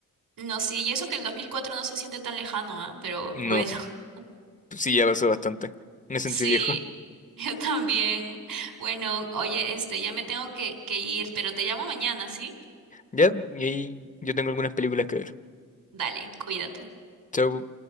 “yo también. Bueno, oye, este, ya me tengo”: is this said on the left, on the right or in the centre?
Right